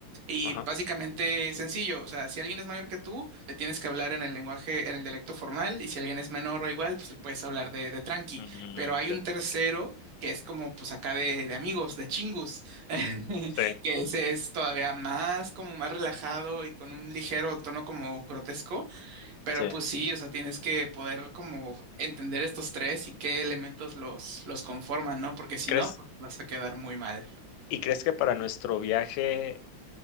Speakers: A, on the right; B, on the left.
A: Y
B: ajá,
A: básicamente sencillo, o sea, si alguien es mayor que tú, le tienes que hablar en el lenguaje, en el dialecto formal, y si alguien es menor o igual, pues le puedes hablar de, de tranqui.
B: mm,
A: Pero hay
B: de
A: un
B: acuerdo,
A: tercero que es como, pues acá de, de amigos, de chingus, <laughs>
B: sí,
A: que ese es todavía más, como más relajado y con un ligero tono como grotesco. Pero
B: sí.
A: pues sí, o sea, tienes que poder como entender estos tres y qué elementos los, los conforman, ¿no? Porque si
B: ¿Crees
A: no, pues vas a quedar muy mal.
B: y crees que para nuestro viaje